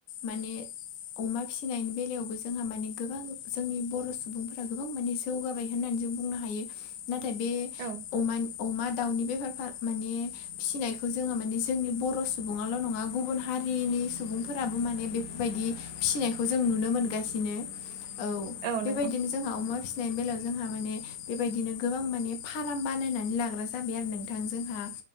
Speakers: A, on the left; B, on the right.
A: माने अमा फिनायनि बेलायावबो जोंहा माने गोबां जोंनि बर' सुबुंफोरा गोबां माने जौगाबाय होननानै जों बुंनो हायो नाथाय बे
B: औ
A: अम अमा दाउनि बेफार माने फिसिनायखौ जोङो माने जोंनि बर' सुबुङाल' नङा गुबुन हारिनि सुबुंफोराबो माने बेफोरबायदि फिसिनायखौ जों नुनो मोनगासिनो औ
B: औ
A: बेबायदिनो
B: नंगौ
A: जोंहा अमा फिसिनायनि बेलायाव जोंहा माने बेबायदिनो गोबां माने फाराम बानायनानै लाग्रा जाबाय आरो नोंथां जोंहा